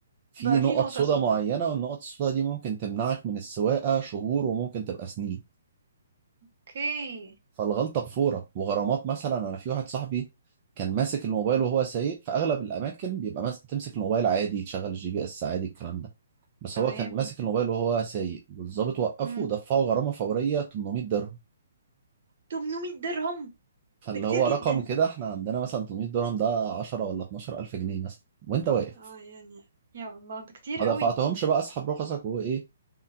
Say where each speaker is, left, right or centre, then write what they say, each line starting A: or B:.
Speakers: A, on the right (about 35°); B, on the right (about 60°).
A: فيه
B: بقى
A: نقط
B: في نقطة
A: سوداء
B: سوداء
A: معينة والنقط السوداء دي ممكن تمنعك من السواقة شهور وممكن تبقى سنين
B: اوكي
A: فالغلطة بفورة وغرامات مثلا انا في واحد صاحبي كان ماسك الموبايل وهو سايق في اغلب الاماكن بيبقى ماسك تمسك الموبايل عادي تشغل الجي بي اس عادي الكلام ده بس
B: تمام
A: هو كان ماسك الموبايل وهو سايق والظابط وقفه
B: امم
A: ودفعه غرامة فورية 800 درهم
B: 800 درهم
A: فاللي
B: ده كتير
A: هو
B: جدا
A: رقم كده احنا عندنا مثلا 800 درهم ده 10 ولا 12 ألف جنيه مثلا وانت واقف
B: اه يعني يا الله ده كتير
A: ما
B: قوي
A: دفعتهمش بقى اسحب رخصك وايه